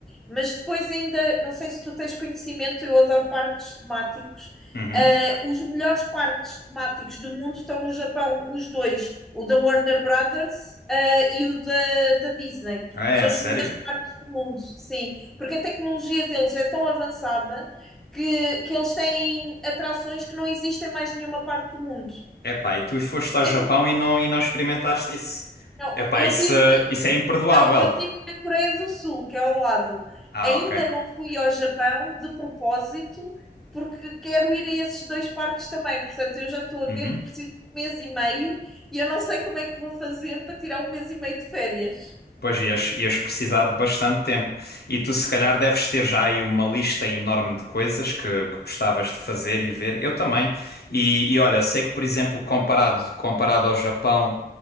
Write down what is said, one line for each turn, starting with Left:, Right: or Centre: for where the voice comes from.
Centre: Mas depois ainda, não sei se tu tens conhecimento, eu adoro parques temáticos.
Left: Uhum.
Centre: Ah, os melhores parques temáticos do mundo estão no Japão, os dois, o da Warner Brothers, ah, e o da, da Disney.
Left: Ah, É,
Centre: São
Left: sério?
Centre: os melhores parques do mundo, sim, porque a tecnologia deles é tão avançada que, que eles têm atrações que não existem em mais nenhuma parte do mundo.
Left: Epá, e tu foste ao Japão
Centre: É no-
Left: e não, e não experimentaste isso?
Centre: não,
Left: Epá,
Centre: eu
Left: isso,
Centre: tive
Left: isso é imperdoável.
Centre: Não, eu estive na Coreia do Sul, que é ao lado.
Left: Ah,
Centre: Ainda
Left: ok.
Centre: não fui ao Japão de propósito, porque quero ir a esses dois parques também. Portanto, eu já estou a
Left: Uhum.
Centre: ver que preciso de um mês e meio e eu não sei como é que vou fazer para tirar um mês e meio de férias
Left: Pois ias, ias precisar de bastante tempo. E tu, se calhar, deves ter já aí uma lista enorme de coisas que, que gostavas de fazer e ver. Eu também. E, e olha, sei que, por exemplo, comparado, comparado ao Japão,